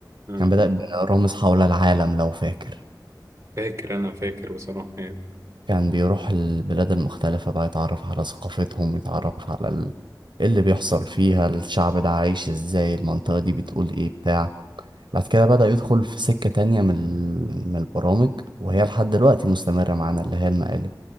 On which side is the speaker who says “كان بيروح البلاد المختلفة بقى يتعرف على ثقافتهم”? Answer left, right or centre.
Right